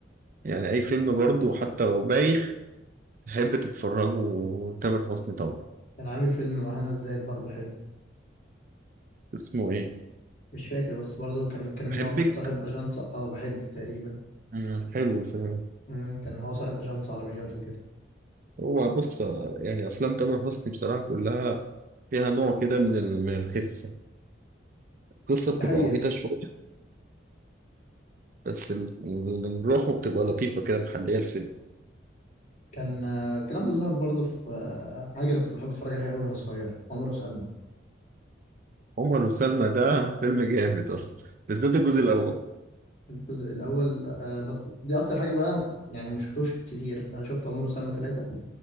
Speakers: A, on the right; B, on the left.
A: يعني اي فيلم برضه حتى لو بايخ تحب تتفرجه تامر حسني طبعا
B: كان عامل فيلم مع هنا الزاهد برضه حلو
A: اسمه ايه
B: مش فاكر بس برضه كان بيتكلم ان
A: أحبك
B: هو كان صاحب اجنس اه بحبك تقريبا
A: مم. حلو الفيلم ده
B: مم، كان هو صاحب اجنس عربيات وكده
A: هو بص يعني افلام تامر حسني بصراحه كلها فيها نوع كده من ال- من الخفه القصه بتبقى
B: دي حقيقة
A: عبيطه شويه بس ال- ال- روحه بتبقى لطيفه كده محليه الفيلم
B: كان آه، الكلام ده ظهر برضه في آه، حاجة انا كنت بحب اتفرج عليها قوي وانا صغير عمر وسلمى
A: عمر وسلمى ده فيلم جامد اصلا بالذات الجزء الاول
B: الجزء الاول آه، بطف- دي اكتر حاجة بقى يعني ما شفتوش كتير انا شفت عمر وسلمى ثلاثة